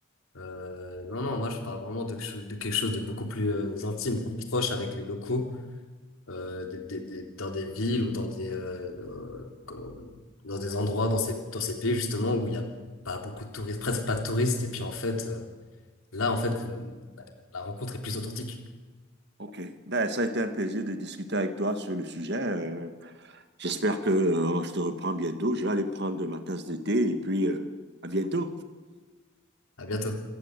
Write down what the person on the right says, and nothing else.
OK. Ben, ça a été un plaisir de discuter avec toi sur le sujet. Euh, j'espère que euh, je te reprends bientôt. Je vais aller prendre ma tasse de thé et puis euh, à bientôt.